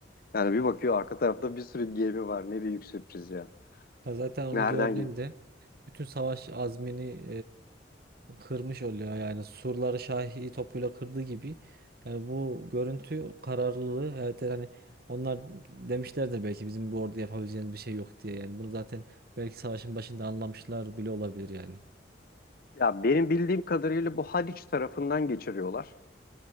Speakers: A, on the left; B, on the right.
A: Yani bir bakıyor arka tarafta bir sürü gemi var. Ne büyük sürpriz ya.
B: Ya zaten onu
A: Nereden
B: gördüğünde bütün savaş azmini kırmış oluyor yani surları Şahi topuyla kırdığı gibi yani bu görüntü kararlılığı evet hani onlar demişler de belki bizim bu orada yapabileceğimiz bir şey yok diye yani bunu zaten belki savaşın başında anlamışlar bile olabilir yani.
A: Ya benim bildiğim kadarıyla bu Haliç tarafından geçiriyorlar.